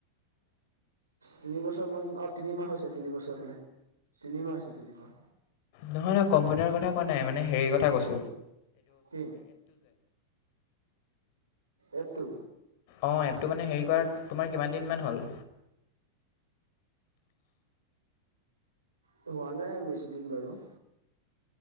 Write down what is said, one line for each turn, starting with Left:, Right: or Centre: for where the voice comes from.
Right: তিনি বছৰ মানত তিনিমাহ হৈছে, তিনি বছৰ বোলে। তিনিমাহ হৈছে তিনিমাহ।
Left: নহয়, নহয় কম্পিউটাৰ কথা কোৱা নাই মানে হেৰি কথা কৈছো।
Right: কি, এইটো
Left: অ' এপটো মানে হেৰি কৰা, তোমাৰ কিমান দিনমান হ'ল?
Right: ত' হোৱা নাই বেছিদিন বাৰু।